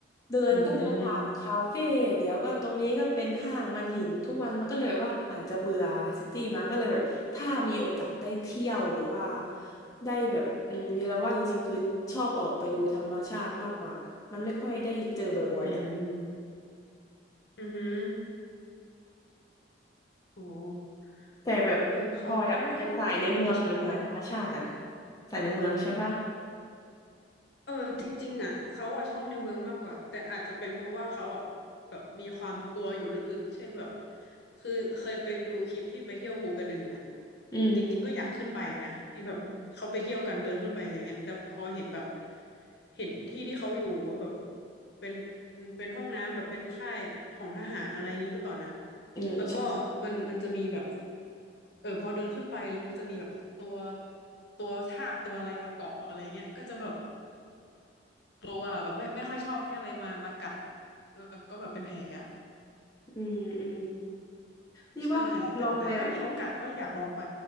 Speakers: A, on the left; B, on the left.
A: เดินก็เดินผ่านคาเฟ่เดี๋ยวก็ตรงนี้ก็เป็นห้างมันเห็นทุกวันมันก็เลยว่าอาจจะเบื่อซิตี้มั้งก็เลยแบบถ้ามีโอกาสได้เที่ยวหรือว่า
B: อืม
A: ได้แบบอืมมีแล้วว่างจริงๆคือชอบออกไปดูธรรมชาติมากกว่ามันไม่ค่อยได้เจอบ่อยๆอะ
B: อืมอือหือโอ้
A: แต่แบบพลอยอ่ะเป็นสายในเมืองหรือสายธรรมชาติอ่ะ
B: เออเขาก็ไม่ค่อยไปเที่ยวธรรมชาตินะ
A: สายในเมืองใช่ปะ
B: เออจริงๆอ่ะเขาอ่ะชอบในเมืองมากกว่าแต่อาจจะเป็นเพราะว่าเขาอ่ะแบบมีความกลัวอยู่ลึกๆเช่นแบบคือเคยไปดูคลิปที่ไปเที่ยวภูกระดึงอ่ะ
A: อืม
B: จริงๆก็อยากขึ้นไปนะที่แบบเขาไปเที่ยวกันเดินขึ้นไปอะไรเงี้ยแต่พอเห็นแบบ
A: อืม
B: เห็นที่ที่เขาอยู่ว่าแบบเป็นเป็นห้องน้ำแบบเป็นค่ายของทหารอะไรอย่างนี้หรือเปล่านะ
A: อืมใช่ใช่
B: แล้วก็มันมันจะมีแบบเออพอเดินขึ้นไปแล้วมันจะมีแบบตัวตัวทากตัวอะไรมาเกาะอะไรเงี้ยก็จะแบบ กลัวอะแบบไม่ไม่ค่อยชอบให้อะไรมามากัดแล้วก็แบบเป็นแผลอ่ะ
A: อืมอืมนี่ว่าพลอยลองไปแบบ
B: ใช่แต่แต่ถ้ามีโอกาสก็อยากลองไป